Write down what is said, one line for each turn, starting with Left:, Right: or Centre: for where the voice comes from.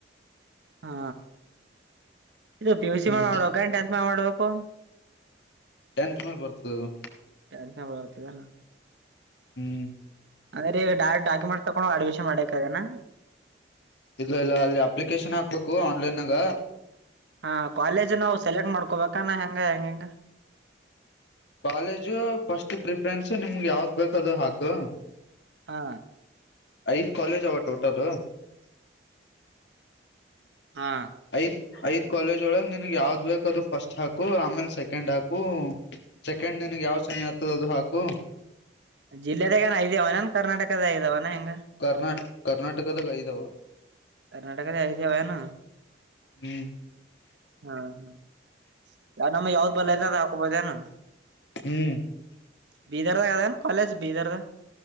Right: ಹಾ. ಇದು ಪಿ ಯು ಸಿ
Left: ಹ್ಮ್
Right: ಮಡ್ಬೇಕ್ ಏನ್ ಟೆಂತ್ ಮಾಡ್ ಮಾಡ್ಬೇಕು.
Left: ಟೆಂತ್ ಮೇಲ್ ಬರ್ತದ
Right: ಟೆಂತ್ ಮ್ಯಾಗ ಬರ್ತದನ
Left: ಹ್ಮ್.
Right: ಅ್ಗದ್ರೆ ಈಗ ಡ ಡಾಕ್ಯುಮೆಂಟ್ಸ್ ತಗೊಂಡು ಅಡ್ಮಿನ್ ಮಾಡ್ಬೇಕೆನಾ.
Left: ಇಲ್ಲ ಇಲ್ಲ ಅಲ್ಲಿ ಅಪ್ಲಿಕೇಶನ್ ಹಾಕ್ಬೇಕು ಆನ್ಲೈನ್ನಾಗ.
Right: ಹಾ ಕಾಲೇಜ್ ನಾವು ಸೆಲೆಕ್ಟ್ ಮಾಡ್ಕೋಬೇಕಾನ ಹೆಂಗ ಹೆಂಗ ಹೆಂಗ.
Left: ಕಾಲೇಜು ಫಸ್ಟ್ ಪ್ರಿಫರೆನ್ಸ್ ನಿಮ್ಗೆ ಯಾವ್ದ್ ಬೇಕ ಅದು ಹಾಕು.
Right: ಹಾ.
Left: ಐದು ಕಾಲೇಜ್ ಹವಾ ಟೋಟಲ್.
Right: ಹಾ.
Left: ಐದ್ ಐದ್ ಕಾಲೇಜ್ ಒಳಗ್ ನಿನ್ ಯಾವ್ದ್ ಬೇಕ ಅದು ಫಸ್ಟ್ ಹಾಕು ಆಮೇಲ್ ಸೆಕೆಂಡ್ ಹಾಕು. ಸೆಕೆಂಡ್ ನಿನಗ್ ಯಾವ ಶನಿ ಆತದ ಅದು ಹಾಕು.
Right: ಜಿಲ್ಲೆದಾಗಏ ಇದಾವನನ್ ಕರ್ನಾಟಕದ ಇದಾವವನ ಹೆಂಗ.
Left: ಕರ್ನಾಟ್ ಕರ್ನಾಟಕದ ಐದಾವ.
Right: ಕರ್ನಾಟಕದ ಯಐದೆವಾನ.
Left: ಹ್ಮ್
Right: ಹ್ಮ ಹ್ಮ ಯ ನಮ್ಮ್ ಯಾವ್ದ್ ಬಲ್ಲೆತ ಅದು ಹಾಕೊಬೊದೆನು.
Left: ಹ್ಮ್.
Right: ಬೀದರ್ದ ಅದೇನು ಕಾಲೇಜ್ ಬೀದರ್ದ.